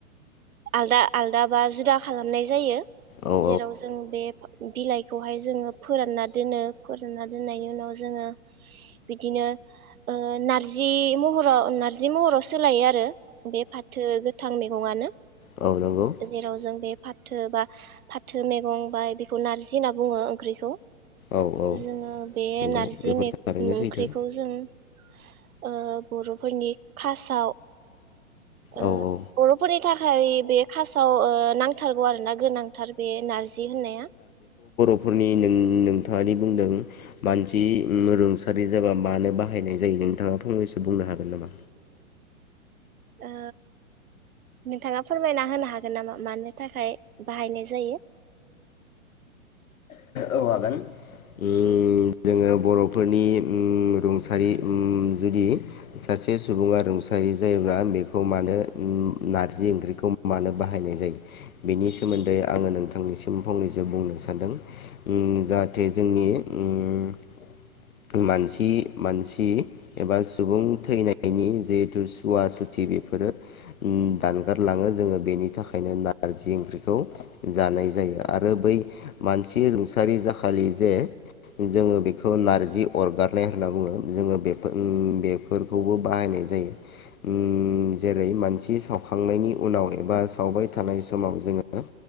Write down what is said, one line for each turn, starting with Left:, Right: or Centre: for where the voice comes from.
Right: आलदा आलदा बा जुदा खालामनाय जायो।
Left: जायो बिफांखौ
Right: जेराव जों बे बिलाइखौहाय जोङो फोरानना दोनो। फोरानना दोननायनि उनाव जोङो बिदिनो ओ नारजि महराव नार्जि महराव सोलायो आरो बे फाथो गो थां मैगङानो।
Left: मैगङानो औ नंगौ
Right: जेराव जों बे फा थो बा फाथो मैगं बा बेखौ नारजि होनना बुङो ओंख्रिखौ
Left: औ औ
Right: जोङो बे
Left: नंगौ
Right: नार्जि
Left: बेफोर थारैनो
Right: ओंख्रि
Left: सैथो
Right: ओ बर'फोरनि खासाव ओ
Left: औ औ
Right: बरफोरनि था खाय बे खासाव ओ नांथारगौ आरो ना? गोनांथार बे नारजि होननाया।
Left: न'खरनि नों- नोंथाङादि बुंदों मानसि उम रुंसारि जाबा मानो बाहायनाय जायो नोंथाङा फंनैसो बुंनो हागोन नामा?
Right: ओ नोंथाङा फोरमायना होनो हागोन नामा? मानो थाखाय बाहायनाय जायो।
Left: औ उम जोङो बर'फोरनि उम रुंसारि उम जुदि सासे सुबुङा रुंसारि जायोब्ला बेखौ मानो उम नारजि ओंख्रिखौ मानो बाहायनाय जायो? बेनि सोमोन्दै आङो नोंथांनिसिम फंनैसो बुंनो सानदों। उम जाहाथे जोंनि उम मानसि मानसि एबा सुबुं थैनायनि जिहेथु सुवा सुथि बेफोरो उम दानगारलाङो जोङो बेनि थाखायनो नारजि ओंख्रिखौ जानाय जायो आरो बै मानसि सारि जाखालि जे जोङो बेखौ नारजि अरगारनाय होनना बुङो जोङो बेफो उम बेफोरखौबो बाहायनाय जायो उम जेरै मानसि सावखांनायनि उनाव एबा खावबाय थानाय समाव जोङो